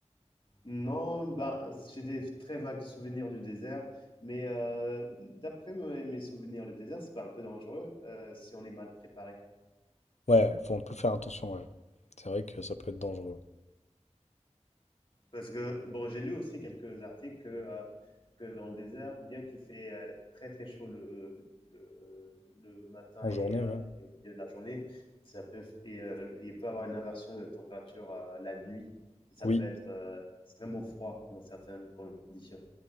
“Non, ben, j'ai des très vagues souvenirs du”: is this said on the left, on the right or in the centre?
Left